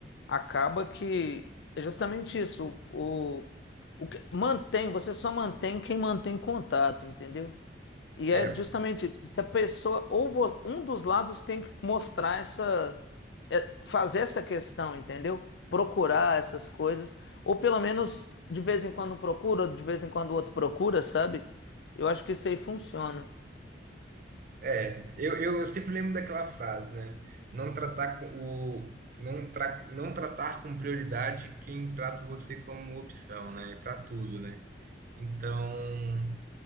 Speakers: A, on the left (about 75°); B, on the right (about 50°).
A: acaba que é justamente isso. O, o, o que mantém, você só mantém quem mantém contato, entendeu? E
B: É.
A: é justamente isso. Se a pessoa, ou vo- um dos lados tem que mostrar essa, é, fazer essa questão, entendeu? Procurar essas coisas, ou pelo menos de vez em quando um procura, de vez em quando o outro procura, sabe? Eu acho que isso aí funciona.
B: É, eu, eu sempre lembro daquela frase, né? Não tratar com o não, tra, não tratar com prioridade quem trata você como opção, né? Para tudo, né? Então,